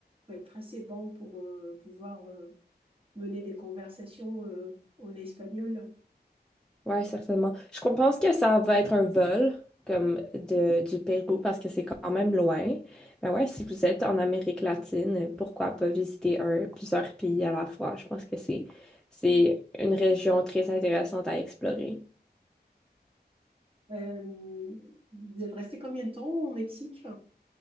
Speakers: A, on the right; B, in the centre.
A: va être assez bon pour euh, pouvoir euh, mener des conversations euh, en espagnol.
B: Ouais, certainement. Je com- pense que ça va être un vol comme de, du Pérou parce que c'est quand même loin. Mais ouais, si vous êtes en Amérique latine, pourquoi pas visiter un, plusieurs pays à la fois? Je pense que c'est c'est une région très intéressante à explorer.
A: Euh, vous êtes resté combien de temps au Mexique?